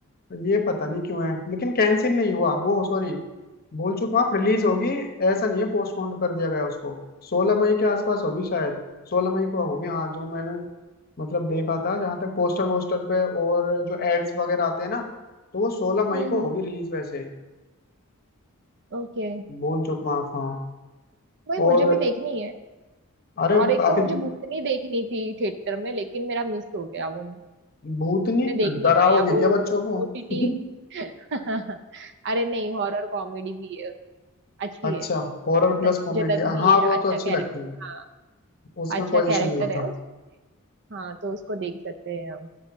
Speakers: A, on the left; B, on the right.
A: ये पता नहीं क्यों है लेकिन कैंसिल नहीं हुआ वो सॉरी भूल चुका माफ रिलीज होगी ऐसा नहीं है पोस्टपोन कर दिया गया उसको सोलह मई के आसपास होगी शायद सोलह मई को होगी हाँ जो मैंने मतलब देखा था जहां तक पोस्टर वोस्टर पे और जो एड्स वगैरह आते हैं ना तो वो सोलह मई
B: हम्म
A: को
B: हम्म
A: होगी रिलीज वैसे
B: ओके
A: भूल चूक माफ हाँ
B: वही
A: और
B: मुझे भी देखनी है
A: अरे
B: और एक
A: काफी
B: तो मुझे
A: दिन-
B: भूतनी देखनी थी थिएटर में लेकिन मेरा मिस हो गया वो
A: भूतनी
B: मैं देख नहीं
A: डराओगे
B: पाई अब वो
A: क्या बच्चों को
B: ओटीटी
A: <laughs>
B: <laughs> अरे नहीं हॉरर कॉमेडी भी है अच्छी
A: अच्छा
B: है
A: हॉरर
B: संजय
A: प्लस कॉमेडी
B: दत्त भी
A: हाँ
B: है
A: वो
B: अच्छा
A: तो अच्छी
B: कैरेक्टर
A: लगती है
B: हाँ
A: उसमें
B: अच्छा
A: कोई इशू
B: कैरेक्टर
A: नहीं होता
B: है उस- हाँ तो उसको देख सकते हैं हम